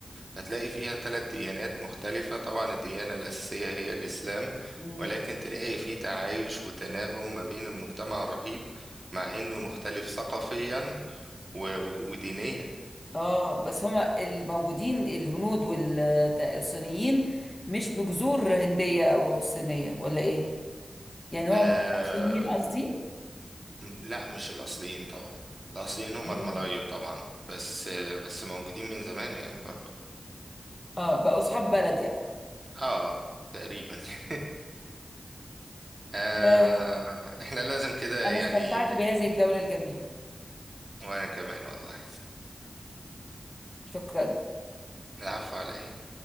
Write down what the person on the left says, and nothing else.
مم.
اه بس هما الموجودين الهنود والصينيين مش بجذور هندية او صينية ولا ايه يعني هو
مش اصليين قصدي
اه
اه بقوا اصحاب بلد يعني
آه،
انا
استمتعت بهذه الجولة الجميلة
شكرا